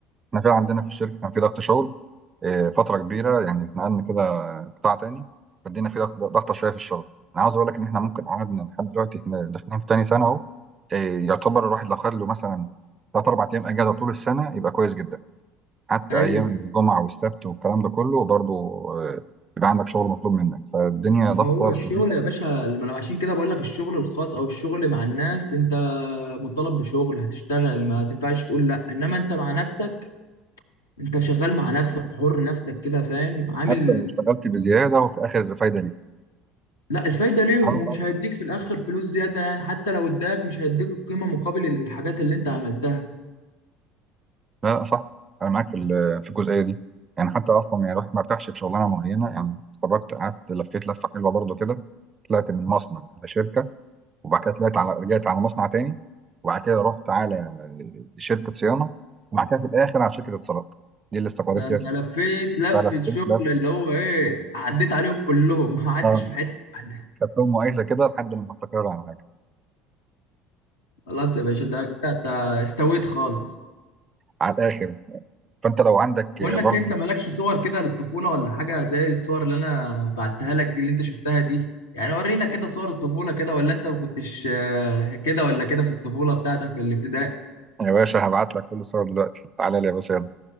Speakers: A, on the right; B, on the left.
A: احنا فعلا عندنا في الشركه كان في ضغط شغل آه، فتره كبيره يعني اتنقلنا كده قطاع تاني فدينا في ضغط ضغطه شويه في الشغل انا عاوز اقول لك ان احنا ممكن قعدنا لحد دلوقتي احنا داخلين في تاني سنه اهو آه، يعتبر الواحد لو خد له مثلا ثلاث اربع ايام اجازه طول السنه يبقى كويس جدا حتى
B: <laughs> ايوه
A: ايام الجمعه والسبت والكلام ده كله برضه آه، يبقى عندك شغل مطلوب منك فالدنيا
B: ما
A: ضغطه
B: هو الشغل
A: بطريقة-
B: يا باشا ما انا عشان كده بقول لك الشغل الخاص او الشغل مع الناس انت مطالب بشغل هتشتغل ما تنفعش تقول لا انما انت مع نفسك انت شغال مع نفسك حر نفسك كده فاهم عامل
A: حتى لو اشتغلت بزياده وفي الاخر فايده
B: لا الفايده ليهم
A: ليك
B: ومش هيديك في الاخر فلوس زياده يعني حتى لو اداك مش هيديك القيمه مقابل الحاجات اللي انت عملتها
A: لا لا صح انا معاك في ال- في الجزئيه دي يعني حتى اصلا يعني الواحد ما ارتاحش في شغلانه معينه يعني اتخرجت قعدت لفيت لفه حلوه برضو كده طلعت من مصنع على شركه وبعد كده طلعت على رجعت على مصنع تاني وبعد كده رحت على شركه صيانه وبعد كده في الاخر على شركه اتصالات دي اللي استقريت
B: ده
A: فيها
B: انت
A: في
B: لفيت
A: الآخر.
B: لفه
A: فلفيت
B: شغل
A: لف
B: اللي هو ايه عديت عليهم كلهم <laughs> ما قعدتش
A: اه
B: في حته واحده
A: خدتهم مقايسه كده لحد ما استقر على حاجه
B: خلاص يا باشا ده كده انت استويت خالص
A: على الاخر فانت لو عندك
B: بقول
A: برضو
B: لك إيه، انت مالكش صور كده للطفوله ولا حاجه زي الصور اللي انا بعتها لك دي اللي انت شفتها دي يعني ورينا كده صور الطفوله كده ولا انت ما كنتش آه، كده ولا كده في الطفوله بتاعتك في الابتدائي
A: يا باشا هبعت لك كل الصور دلوقتي تعالى لي يا باشا يلا